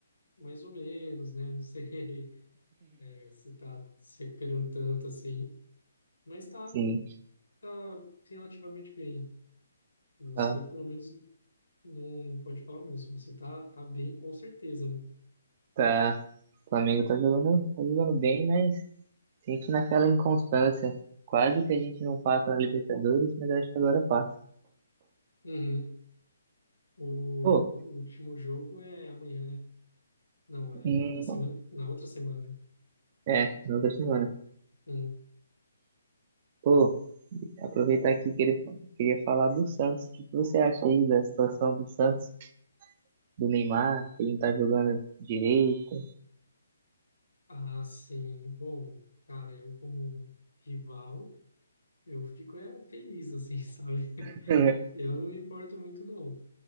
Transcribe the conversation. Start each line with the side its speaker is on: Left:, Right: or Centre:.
Left: mais ou menos, né? Não sei <laughs> é, se tá se recuperando tanto assim, mas tá,
Right: Sim.
Left: tá relativamente bem. Você,
Right: Tá,
Left: pelo menos, não, não pode falar o mesmo. Você tá, tá bem, com certeza, né?
Right: tá. O Flamengo tá jogando, tá jogando bem, mas sinto naquela inconstância. Quase que a gente não passa na Libertadores, mas acho que agora passa.
Left: Uhum. O,
Right: Pô,
Left: o último jogo é amanhã, né? Não, é
Right: hum,
Left: na semana, na outra semana, né?
Right: é, na outra semana.
Left: Hum.
Right: Pô, aproveitar aqui que ele queria falar do Santos. O que que você acha aí da situação do Santos, do Neymar, que ele não tá jogando direito?
Left: Ah, sim. Bom, cara, eu como rival, eu fico é, feliz, assim, <laughs> sabe?
Right: <laughs>
Left: Eu não me importo muito, não.